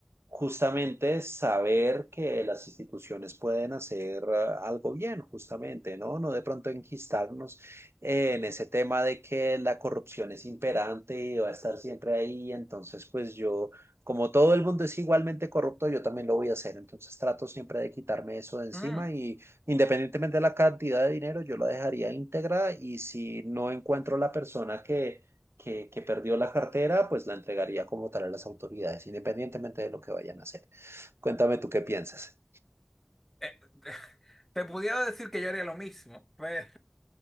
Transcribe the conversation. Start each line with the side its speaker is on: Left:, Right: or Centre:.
Right: justamente saber que las instituciones pueden hacer ah, algo bien, justamente, ¿no? No de pronto enquistarnos eh, en ese tema de que la corrupción es imperante y va a estar siempre ahí, entonces pues yo, como todo el mundo es igualmente corrupto, yo también lo voy a hacer, entonces trato siempre de quitarme eso de encima
Centre: Mm,
Right: y independientemente de la cantidad de dinero, yo la dejaría íntegra y si no encuentro la persona que que, que perdió la cartera, pues la entregaría como tal a las autoridades, independientemente de lo que vayan a hacer. Cuéntame tú qué piensas.
Centre: eh, <laughs> te pudiera decir que yo haría lo mismo, pero